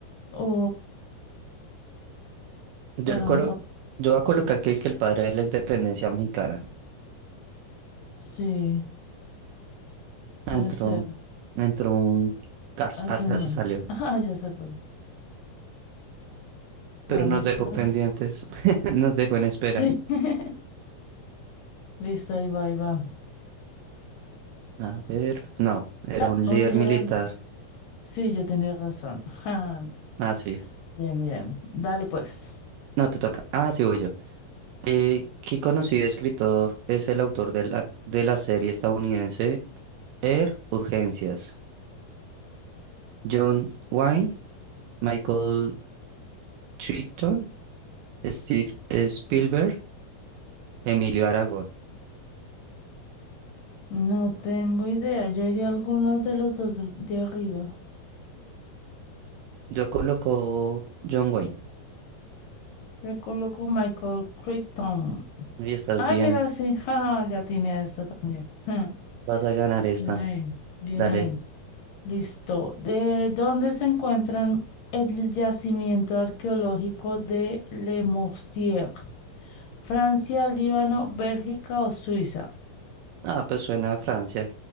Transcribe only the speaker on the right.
Yo,
le colo-
yo voy a colocar que es que el padre de la independencia mexicana.
Ah,
entró,
entró un... Cars,
hasta se
salió.
Pero
nos dejó
pendientes, <laughs> nos dejó en espera.
A ver, no, era
un
líder
militar.
Ah, sí.
No, te toca. Ah, sí, voy yo.
Eh, ¿qué conocido escritor es el autor de la, de la serie estadounidense Air Urgencias? John Wayne, Michael Crichton, Steve Spielberg, Emilio Aragón.
Yo coloco John Wayne.
Y estás
bien,
vas a ganar esta.
Dale.
Ah, pues suena a Francia.